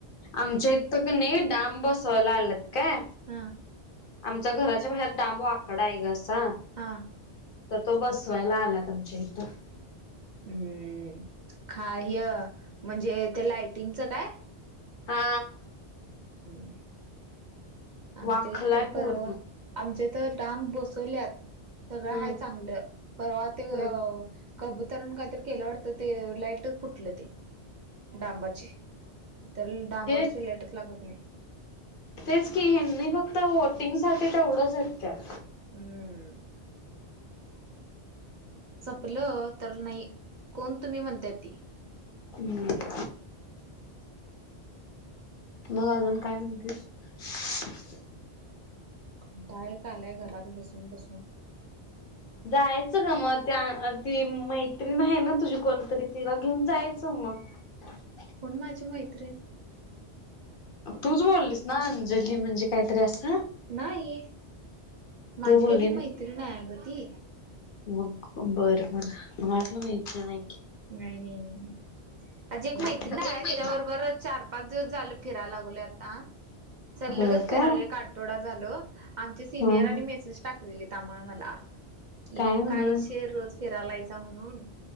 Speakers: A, on the left; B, on the right.
A: आमच्या इ तर का नाही डांब बसायला आलात काय
B: हा
A: आमच्या घराच्या बाहेर डांब वाकडा आहे ग अस चा
B: हा
A: तर तो बसवायला आलात आमच्याइथ.
B: हम्म खा य म्हणजे ते लायटिंगचं काय?
A: हा
B: <unintelligible> आमच्या
A: वाखलाय
B: इथे तर
A: पूर्ण
B: परवा आमच्या इथं तर डांब बसवल्यात. सगळं
A: हम्म
B: हाय चांगलं परवा ते अ
A: हम्म
B: कबूतरण कायतरी केलं वाटतं ते लाईट फुटलं ते डांबाचे तर डांबावरच
A: हे
B: लाईटच लागत नाय.
A: तेच की हैनी फक्त वोटिंग साठी तेवढं झटत
B: हम्म पलं तर नाही कोण तुम्ही म्हणताय ती
A: हम्म
B: हाय नव्हच.
A: मग अजून काय म्हणतीसं.
B: कंटाळा एक आलाय घरात बसून बसून.
A: जायचं का मग त्या ती मैत्रीण आहे ना तुझी कोणतरी तिला घेऊन जायचं मग <unintelligible>
B: कोणं माझी मैत्रीण
A: तूच बोललीस ना अंजली म्हणजे काय तरी असं
B: नाही माझी
A: तू बोलली
B: काही ती
A: नाही
B: मैत्रीण नाय अग ती
A: मग बरं बरं मला वाटल मैत्रीण हाय.
B: नाय नाय नाय नाय. माझी एक मैत्रीण
A: काय
B: हाय तिज्या बरोबर चार पाच दिवस झाल फिरायला लागलोय आत आ सलगच
A: होय काय
B: फिरालोय एक आठवडा झाल आमच्या सिनियरांनी
A: ह
B: मेसेस टाकलेलेत. आमा मला की
A: काय म्हणून
B: काही शेर रोज फिरायलायसा म्हणून